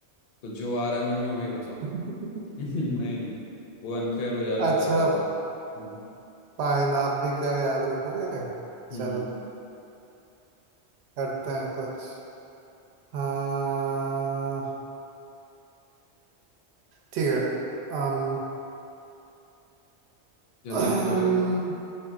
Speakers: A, on the left; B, on the right.
A: तो जो आ रहा है मन में वही बताओ
B: <laughs>
A: <laughs> नहीं नहीं वो अनफेयर हो जा रहा
B: अच्छा
A: है बार बार बार हम्म,
B: फाइन आप भी क्या याद रखोगे
A: हम्म
B: चलो करते हैं कुछ हाँ ठीक है अम
A: जल्दी
B: <clears throat>
A: बोलो यार